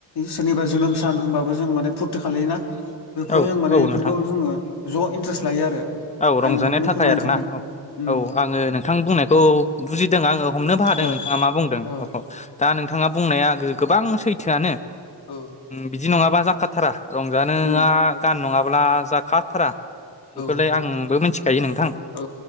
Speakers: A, on the left (about 60°); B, on the left (about 15°).
A: सोरनिबा जोनोम सान होनबाबो जोङो माने फुरथि खालायो ना
B: औ
A: बेफोराव जों माने
B: औ
A: बेफोरखौ
B: नोंथां
A: जोङो ज' इन्ट्रेस्ट लायो आरो।
B: औ रंजानो
A: आं बेखौनो
B: थाखाय
A: फोरमायनो
B: आरोना
A: सानदों
B: औ
A: उम
B: औ आङो नोंथां बुंनायखौ बुजिदों आङो हमनोबो हादों
A: ओ
B: नोंथाङा मा बुंदों
A: औ
B: दा नोंथा ङा बुंनाया गोबां सैथोआनो
A: औ
B: बिदि नङाबा जाखाथारा रंजानो
A: उम
B: गान नङाब्ला जाखा थारा
A: औ
B: बेखौलाय आंबो मिथिखायो नोंथां
A: औ